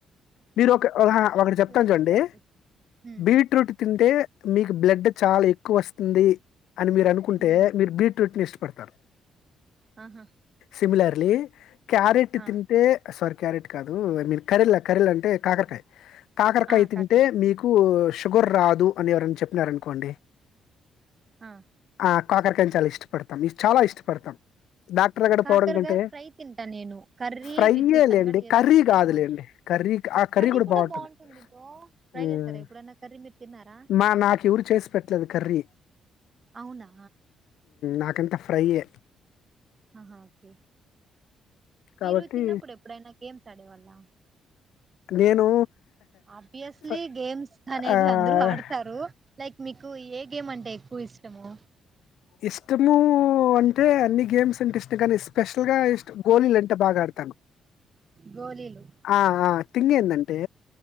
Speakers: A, on the left; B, on the right.
A: మీరు ఒక ఒక చెప్తాను
B: లైక్
A: చూడి
B: ఫ్రై ఉమ్
A: బీట్రూట్ తి అంటే మీకు బ్లడ్ చాలా ఎక్కువ వస్తుంది అని మీరు అనుకుంటే
B: ఉమ్
A: మీరు బీట్రూట్ ని ఇష్ట పడతారు
B: ఆహా
A: సిమిలర్లీ <unintelligible> క్యారెట్
B: ఆ
A: తింటే సారి క్యారెట్ కాదు ఐ మీన్ కర్రీల కరీల అంటే కాకరకాయ్ కాకరకాయ
B: ఆ
A: తింటే
B: కాకర
A: మీకు షుగర్ రాదు అని ఎవరయిన చెప్పినారనుకోండి.
B: ఆ
A: ఆ! కాకరకాయని చాలా ఇష్టపడతాం ఇ చాలా ఇష్టపడతాం డాక్టర్ దగ్గడ
B: కాకరకాయ
A: పోవడం కంటే
B: ఫ్రై తింటా నేను కర్రీ
A: ఫ్రైయే
B: విత్ సంగటి
A: లేండి.
B: చేసుకుంటే
A: కర్రీ కాదులేండి.
B: బాగుంటుంది
A: కర్రీ ఆ
B: కర్రీ కూడా
A: బావుంటది.
B: బాగుంటుంది బ్రో ట్రై
A: హ్మ్.
B: చేసారా ఎప్పుడన్నా కర్రీ మీరు తిన్నారా
A: మా నాకెవరు చేసి పెట్టలేదు కర్రీ.
B: అవునా
A: నాకంత ఫ్రైయ్యే
B: ఆహా ఓకే మీరు
A: కాబట్టి
B: చిన్నప్పుడు ఎప్పుడైనా గేమ్స్ ఆడేవాళ్ళ
A: నేను
B: ఆబ్వియస్లీ
A: ఫ
B: గేమ్స్ అనేది
A: ఆహ్,
B: అందరు ఆడతారు లైక్ మీకు ఏ గేమ్ అంటే ఎ పోయొస్తము.
A: ఇష్టము అంటే అన్ని గేమ్స్ అంటే ఇష్టం కానీ ఎస్పెషల్గా ఇష్ట గోళిలు అంటే బాగా ఆడతాను
B: గోలీలు
A: ఆ ఆ థింగ్ ఏంటంటే